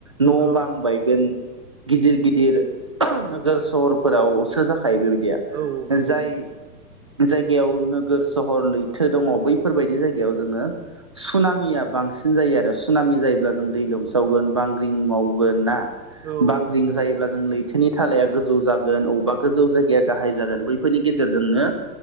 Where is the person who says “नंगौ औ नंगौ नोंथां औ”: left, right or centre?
Right